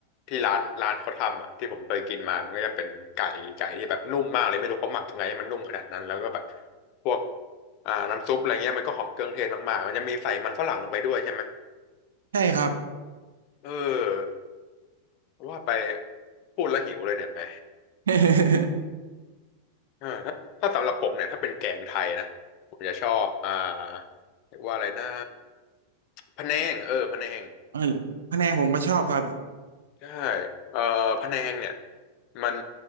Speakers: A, on the left (about 40°); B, on the right (about 65°).
A: ที่ร้านร้านเขาทำอ่ะที่ผมเคยกินมามันก็จะเป็นไก่ไก่ที่แบบนุ่มมากเลยไม่รู้เขาหมักยังไงให้มันนุ่มขนาดนั้นแล้วก็แบบพวกอ่าน้ำซุปอะไรเงี้ยมันก็หอมเครื่องเทศมากๆมันจะมีใส่มันฝรั่งลงไปด้วยใช่ไหม
B: ใช่ครับ
A: เออว่าไปพูดแล้วหิวเลยเนี่ยแหม
B: <laughs>
A: เออถ้าถ้าสำหรับผมเนี่ยถ้าเป็นแกงไทยนะผมจะชอบอ่าเรียกว่าอะไรนะพะแนงเออพะแนง
B: เออพะแนงผมก็ชอบครับ
A: ใช่เอ่อพะแนงเนี่ยมัน